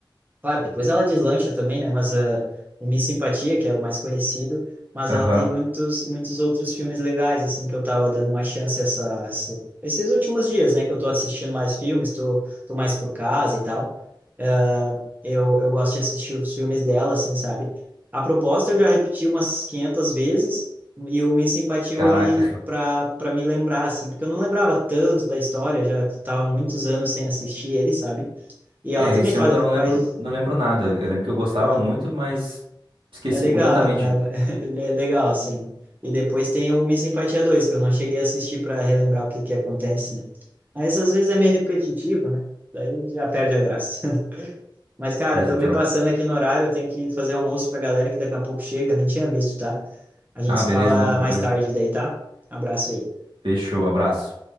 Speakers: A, on the right; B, on the right.
A: Claro, depois ela deslancha também, né? Mas ah, o Miss Simpatia, que é o mais conhecido, mas
B: Aham.
A: ela tem muitos, muitos outros filmes legais, assim, que eu tava dando uma chance essa, essa- esses últimos dias, né? Que eu tô assistindo mais filmes, tô, tô mais por casa e tal. Ah, eu, eu gosto de assistir os filmes dela, assim, sabe? A proposta eu já repeti umas 500 vezes e o Miss Simpatia
B: Caraca.
A: eu olhei pra, pra me lembrar, assim, porque eu não lembrava tanto da história, já tava muitos anos sem assistir ele, sabe? E ela
B: É,
A: também
B: esse
A: faz,
B: é um que eu não
A: faz
B: lembro, não lembro nada. Eu, eu lembro que eu gostava
A: é,
B: muito, mas esqueci
A: é legal,
B: completamente.
A: cara. <laughs> Ele é legal, assim. E depois tem o Miss Simpatia 2, que eu não cheguei a assistir para relembrar o que que acontece, né? Mas às vezes é meio repetitivo, né? Daí já perde a graça. <laughs> Mas, cara,
B: Pois
A: tô
B: então.
A: me passando aqui no horário, eu tenho que fazer almoço pra galera que daqui a pouco chega, nem tinha visto, tá? A gente
B: Ah,
A: se
B: beleza,
A: fala
B: não, tranquilo.
A: mais tarde daí, tá? Abraço aí.
B: Fechou, abraço.